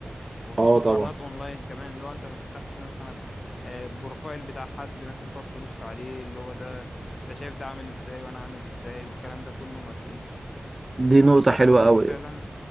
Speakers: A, on the left; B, on the right.
A: ومفيش
B: اه
A: مقارنات
B: طبعا
A: اونلاين كمان اللي هو انت ما تفتحش مثلا آه، بروفايل بتاع حد مثلا تقعد تبص عليه اللي هو ده ده شايف ده عامل ازاي وانا عامل ازاي والكلام ده كله مفيش
B: دي
A: انت
B: نقطه
A: شايف
B: حلوه
A: الموضوع
B: قوي
A: ده فعلا